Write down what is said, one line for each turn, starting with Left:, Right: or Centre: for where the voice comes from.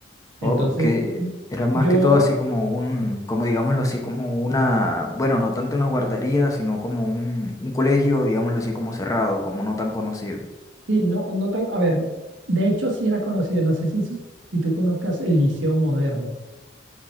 Left: O
Right: Entonces...
Left: que era más
Right: Yo
Left: que todo así como un, como digámoslo así, como una, bueno, no tanto una guardería, sino como un, un colegio, digámoslo así, como cerrado, como no tan conocido.
Right: Sí, no, no tan, a ver, de hecho sí era conocido, no sé si, su- si tú conozcas el Liceo Moderno.